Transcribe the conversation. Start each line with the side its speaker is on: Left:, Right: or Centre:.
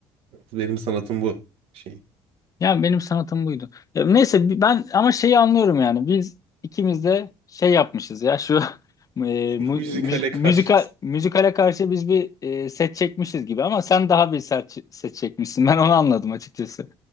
Right: Benim sanatım bu şey.
Left: Yani benim sanatım buydu. Ya neyse bi- ben ama şeyi anlıyorum yani. Biz ikimiz de şey yapmışız ya şu <laughs> e, mu-
Right: <laughs> Müzikale
Left: müz- müzikal
Right: karşı.
Left: müzikale karşı biz bir e, set çekmişiz gibi ama sen daha bir set, set çekmişsin. Ben onu anladım açıkçası.